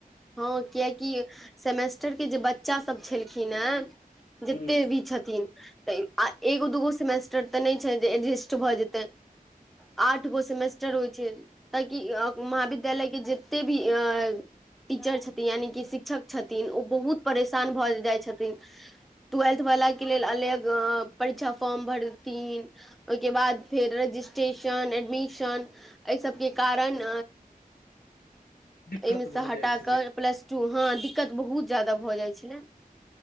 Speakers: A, in the centre; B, on the left (about 80°).
A: हँ कियकि सेमेस्टर के जे बच्चासभ छलखिन हेँ जते
B: हूँ
A: भी छथिन तऽ एगो दूगो सेमेस्टर तऽ नहि छै जे एडजेस्ट भऽ जेतै आठ गो सेमेस्टर होइ छै ताकि महाविद्यालय के जते भी अ टीचर छथिन यानिकि शिक्षक छथिन ओ बहुत परेशान भऽ जाइत छथिन टूवेल्थ वालाक के लेल अलग परीक्षा फॉर्म भरथिन ओहिके बाद फेर रजिस्ट्रेसन एडमिशन अइ सब के कारण
B: दिक्कत
A: एहिमे से
B: भऽ
A: हटा
B: जाइत छै
A: प्लस टू हँ दिक्कत बहुत जाादा भऽ जाइ छले